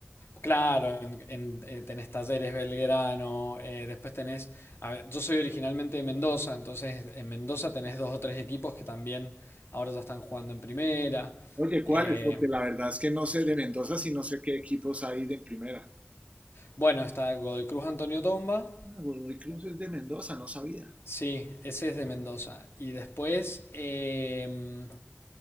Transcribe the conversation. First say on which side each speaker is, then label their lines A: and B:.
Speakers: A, on the left (about 75°); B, on the right (about 35°).
A: Claro, en- en, eh, tenés Talleres Belgrano, eh, después tenés, a ver, yo soy originalmente de Mendoza, entonces en Mendoza tenés dos o tres equipos que también ahora ya están jugando en primera.
B: Oye, ¿cuáles?
A: Eh,
B: Porque la verdad es que no sé de Mendoza si no sé qué equipos hay de primera.
A: bueno, está Godoy Cruz Antonio Tomba,
B: Godoy Cruz es de Mendoza, no sabía.
A: sí, ese es de Mendoza. Y después eh,